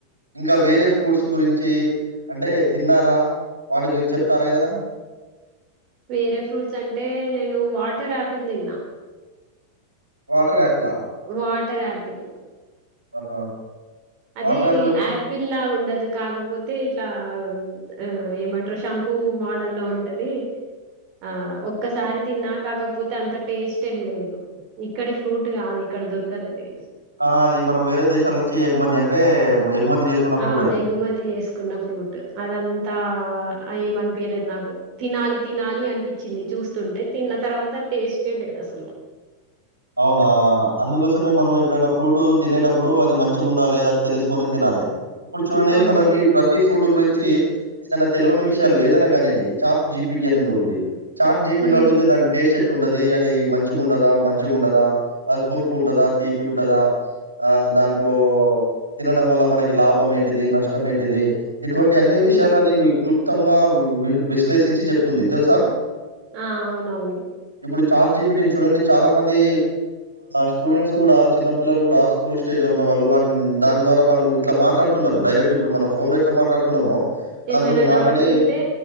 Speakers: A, on the right (about 80°); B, on the right (about 40°).
A: ఇంకా వేరే ఫ్రూట్స్ గురించి అంటే తిన్నారా వాటి గురించి చెప్తారా ఏదైనా
B: వేరే ఫ్రూట్స్ అంటే నేను వాటర్ ఆపిల్ తిన్నా
A: వాటర్ ఆపిలా
B: వాటర్ ఆపిల్
A: ఆహా
B: అది
A: వాటర్ యాపిల్ అన్
B: ఆపిల్ లా ఉండదు కాకపోతే ఇట్లా ఆ ఆ ఏమంటారు శంకు మోడల్ల్లో ఉంటది ఆ ఒక్కసారి తిన్నా కాకపోతే అంత టేస్ట్ ఏం లేదు ఇక్కడి ఫ్రూట్ కాదు ఇ ఇక్కడ దొర్కదది
A: ఆ అది మనం వేరే దేశాల నుంచి ఎగుమతి అంటే ఎగుమతి చేసుకున్న
B: ఆ
A: ఫ్రూట్ అది.
B: ఎగుమతి చేసుకున్న ఫ్రూట్ అదం తా ఏం అనిపియలేదు నాకు తినాలి తినాలి అనిపించింది చూస్తుంటే తిన్న తర్వాత టెస్ట్ లేదాసలు
A: అవునా అందుకోసమే మనం ఎప్పుడైనా ఫ్రూట్ తినేటప్పుడు అది మంచిగా ఉందా లేదా అది తెలుసుకొని తినాలే ఇప్పుడు చూడండి
B: అవును
A: మనకి ప్రతి ఫ్రూట్ గురించి చి ఏదైనా తెలియని విషయాలు ఏదైనా కానీయండి చార్ట్జీపిటి అని ఉంది ఒకటి చాట్ జబీటి
B: ఉమ్
A: లో అడిగితే దాని టేస్ట్ ఎట్లుంటది అది మంచిగా ఉంటదా మంచి ఉండాదా అ పులుపు ఉంటదా తీపి ఉంటదా ఆ దాంట్లో తినడం వల్ల మనకి లాభం ఏంటిది నష్టం ఏంటిది ఇటువంటి అన్ని విషయాలు
B: ఉమ్
A: అది వి కలుప్తంగా వి విశ్లేషించి చెప్తుంది తెలుసా
B: ఆ అవునవును
A: ఇప్పుడు చాట్ జీబీనటిని చూడండి చాలా మంది స్టూడెంట్స్ కూడా చిన్న పిల్లలు కూడా స్కూల్ స్టేజ్ లో ఉన్న వాళ్ళు వా దాని ద్వారా వాళ్ ఇట్లా మాట్లాడుతున్నారు డైరెక్ట్ ఇప్పుడు మనం ఫోన్ లో ఎట్లా మాట్లాడుతున్నామో దాంతోని
B: ఏమైనా
A: మాట్లాడి
B: డౌట్స్ ఉంటే